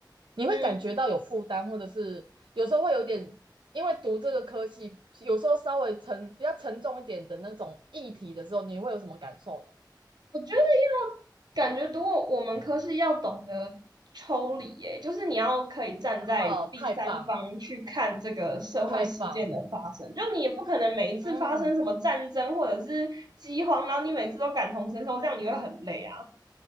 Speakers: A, on the right; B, on the right.
A: 你会感觉到有负担，
B: 嗯，
A: 或者是有时候会有点，因为读这个科系，有时候稍微沉比较沉重一点的那种议题的时候，你会有什么感受？
B: 我觉得要感觉读我我们科是要懂得抽离，诶，就是你要可以站在第三方去看这个社会事件的发生，
A: 哦，太棒，太棒，
B: 就你也不可能每一次发生什么战争或者是饥荒，
A: 嗯，
B: 然后你每次都感同身受，这样你会很累啊。